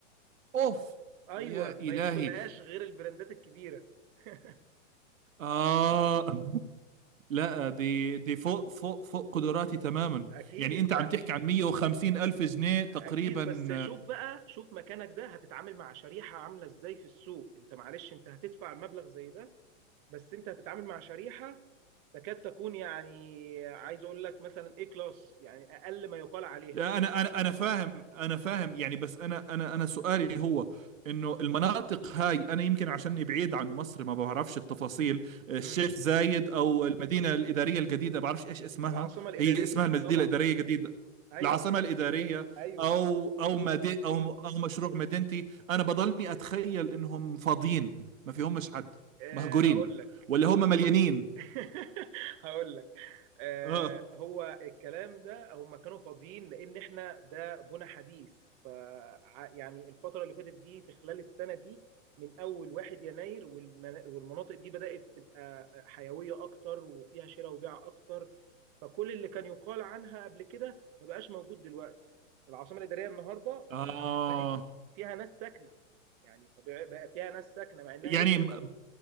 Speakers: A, on the right (about 85°); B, on the right (about 30°).
A: اوف
B: أيوة
A: يا
B: ما
A: الهي
B: يدخلهاش غير البراندات الكبيرة <laughs>
A: اه لا دي دي فوق فوق فوق قدراتي تماما
B: اكيد
A: يعني انت
B: لا
A: عم تحكي عن 150 الف جنيه تقريبا
B: اكيد بس شوف بقى شوف مكانك ده هتتعامل مع شريحه عامله ازاي في السوق انت معلش انت هتدفع المبلغ زي ده بس انت هتتعامل مع شريحه تكاد تكون يعني عايز اقول لك مثلا ايه كلاس يعني اقل ما يقال عليها
A: يعني انا انا انا فاهم انا فاهم يعني بس انا انا انا سؤالي هو انه المناطق هاي انا يمكن عشاني بعيد عن مصر ما بعرفش التفاصيل الشيخ
B: امم
A: زايد او المدينه الاداريه الجديده بعرفش ايش اسمها
B: العاصمه الاداريه
A: هي اسمها المدينه
B: طبعا
A: الاداريه الجديده
B: ايوه
A: العاصمه
B: العاصمه
A: الاداريه
B: الاداريه ايوه
A: او او مدي او او مشروع مدينتي انا بضلني اتخيل انهم فاضيين ما فيهمش حد
B: أه
A: مهجورين
B: هقول لك
A: ولا
B: هقول
A: هم مليانين
B: لك <laughs> هقول لك أه
A: اه
B: هو الكلام ده هم كانوا فاضيين لان احنا ده بنا حديث ف يعني الفتره اللي فاتت دي في خلال السنه دي من اول 1 يناير والمنا- والمناطق دي بدات تبقى حيويه اكتر وفيها شراء وبيع اكتر فكل اللي كان يقال عنها قبل كده ما بقاش موجود دلوقتي العاصمه الاداريه النهارده
A: اه
B: ما بقت فيها ناس ساكنه يعني طبيعي بقى فيها ناس ساكنه مع انها
A: يعني
B: لسه